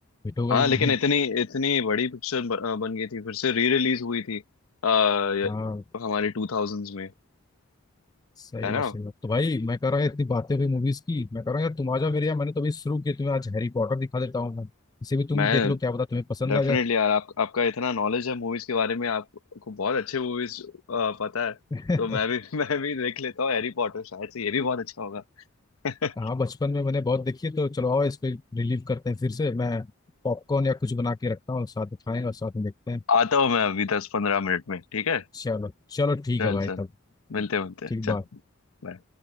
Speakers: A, on the left; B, on the left.
A: हिट हो गई
B: हाँ लेकिन इतनी इतनी बड़ी पिक्चर बन, बन गई थी फिर से री रिलीज हुई थी आ,
A: हाँ
B: हमारी टू थाउजेंड्स में
A: सही
B: है ना
A: बात सही बात तो भाई मैं कह रहा है इतनी बातें हुई मूवीज की मैं कह रहा हूँ यार तुम आ जाओ मेरे यहाँ मैंने तो अभी शुरू किया तुम्हें आज हैरी पॉटर दिखा देता हूँ मैं इसे भी तुम
B: मैं
A: देख लो क्या पता तुम्हें पसंद
B: डेफिनेटली
A: आ जाए
B: यार आप, आपका इतना नॉलेज है मूवीज के बारे में आपको बहुत अच्छे मूवीज पता है
A: <laughs>
B: तो मैं भी <laughs> मैं भी देख लेता हूँ हैरी पॉटर शायद से ये भी बहुत अच्छा होगा <laughs>
A: हाँ बचपन में मैंने बहुत देखी है तो चलो आओ इस पे रिलीव करते हैं फिर से मैं पॉपकॉर्न या कुछ बना के रखता हूँ साथ में खाएंगे और साथ में देखते हैं
B: आता हूँ मैं अभी दस पंद्रह मिनट में ठीक है
A: चलो चलो ठीक
B: चल
A: है भाई
B: चल
A: तब
B: मिलते मिलते
A: ठीक
B: चल
A: बात
B: बाय